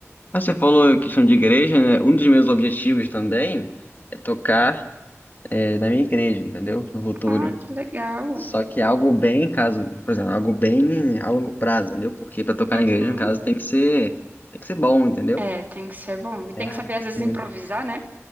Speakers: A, on the left; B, on the right.
A: Mas Você falou questão de igreja, né? Um dos meus objetivos também é tocar é, na minha igreja, entendeu? No futuro.
B: Ah, que legal.
A: Só que algo bem, caso, por exemplo, algo bem a longo prazo, entendeu? Porque pra tocar
B: Uhum.
A: na igreja, no caso, tem que ser, tem que ser bom, entendeu?
B: É, tem que ser bom. E
A: É,
B: tem que saber, às vezes,
A: hum.
B: improvisar, né?